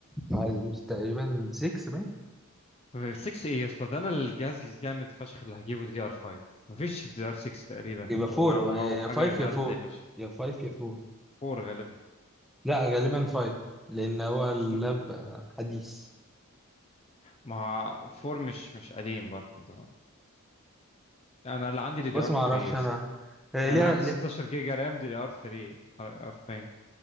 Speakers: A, in the centre; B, on the left.
A: عايز مش تقريبا 6 باين
B: 6 ايه يا اسطى ده انا الجهاز الجامد فشخ اللي هجيبه دي دي ار 5 مفيش دي دي ار 6 تقريبا
A: يبقى
B: او
A: 4
B: او
A: ما- يا
B: او حاجه
A: 5 يا
B: غاليه
A: 4
B: فشخ
A: يا 5 يا 4
B: 4 غالبا
A: لا غالبا 5 لان هو اللاب
B: مش
A: آه، حديث
B: ما هو 4 مش مش قديم برضه انت فاهم انا اللي عندي دي
A: بص
B: دي ار
A: ما
B: 3
A: اعرفش انا هي
B: انا
A: ليها
B: عندي
A: ليه-
B: 16 جيجا رام دي ار 3 حرفيا